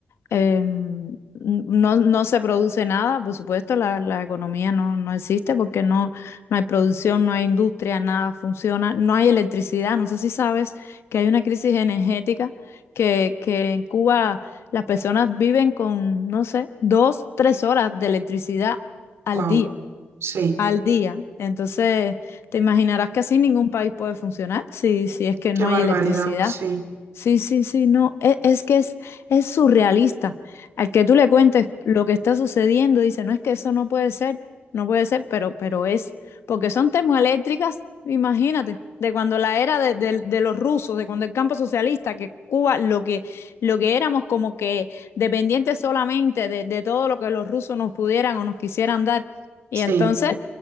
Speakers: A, on the left; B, on the right.
A: Em, no, no se produce nada, por supuesto, la, la economía no, no existe porque no, no hay producción, no hay industria, nada funciona, no hay electricidad. No sé si sabes que hay una crisis energética que, que en Cuba las personas viven con, no sé, dos, tres horas de electricidad al
B: Wow,
A: día
B: sí,
A: al día. Entonces, te imaginarás que así ningún país puede funcionar si, si es que
B: qué
A: no
B: barbaridad,
A: hay electricidad.
B: sí,
A: Sí, sí, sí, no, e- es, que es, es surrealista. Al que tú le cuentes lo que está sucediendo, dice, no es que eso no puede ser, no puede ser, pero, pero es, porque son termoeléctricas, imagínate, de cuando la era de, de- de los rusos, de cuando el campo socialista, que Cuba, lo que, lo que éramos como que dependientes solamente de, de todo lo que los rusos nos pudieran o nos quisieran dar. Y
B: sí,
A: entonces,